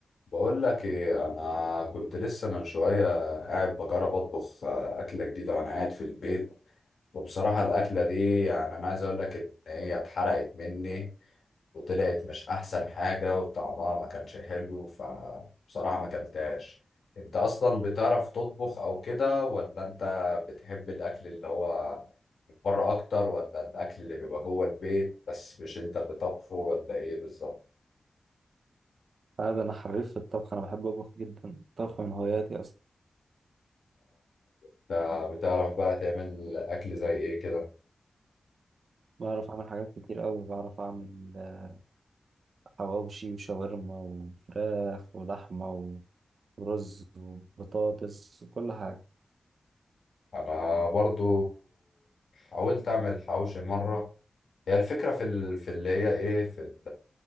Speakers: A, on the left; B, on the right.
A: بقول لك ايه انا كنت لسه من شويه قاعد بجرب اطبخ آه، اكله جديده وانا قاعد في البيت وبصراحه الاكله دي يعني انا عايز اقول لك ان هي اتحرقت مني وطلعت مش احسن حاجه وطعمها ما كانش حلو فبصراحه ما كلتهاش انت اصلا بتعرف تطبخ او كده ولا انت بتحب الاكل اللي هو بره اكتر ولا الاكل اللي بيبقى جوه البيت بس مش انت اللي طبخه ولا ايه بالظبط
B: اه ده انا حريف في الطبخ انا بحب اطبخ جدا الطبخ من هواياتي اصلا
A: انت بتعرف بقى تعمل اكل زي ايه كده
B: بعرف اعمل حاجات كتير قوي بعرف اعمل آه، حواوشي وشاورما وفراخ ولحمه و- ورز وبطاطس وكل حاجه
A: انا برضو حاولت اعمل حواوشي مره هي الفكره في ال... في اللي هي ايه في ال...